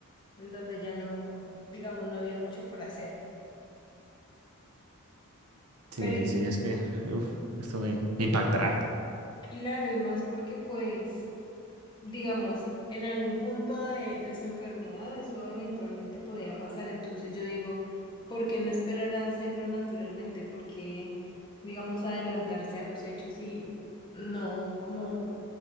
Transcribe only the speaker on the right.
Sí,
sí, sí, es que uf, esto me, me impacta. Ah,